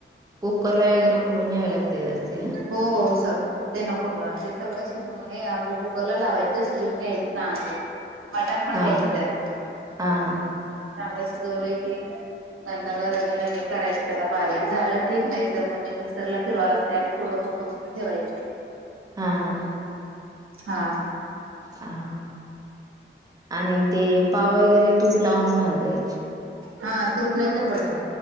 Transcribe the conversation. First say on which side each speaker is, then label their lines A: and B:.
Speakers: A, on the right; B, on the right.
A: कुकर ला वगैरे उकडून घ्यावे लागते असतील ना?
B: हो हो स ते नको ग ते सगळं शिजवून हे आपलं कुकरला लावायचं शिजवून घ्यायचं चांगलं मटार पण
A: हा
B: घ्यायचं त्यात
A: हा हा
B: चांगलं शिजवलंय की नंतर रवीन हे करायची त्याला बारीक झालं ठीक नाही तर मग ते मिक्सरला फिरवाय लागतय आणि थोडं मोठं मोठ ठेवायच.
A: हा हा
B: हा
A: हा, आणि ते पाव वैगेरे तूप लाऊन भाजायचे.
B: हा तूप नाही तर बटर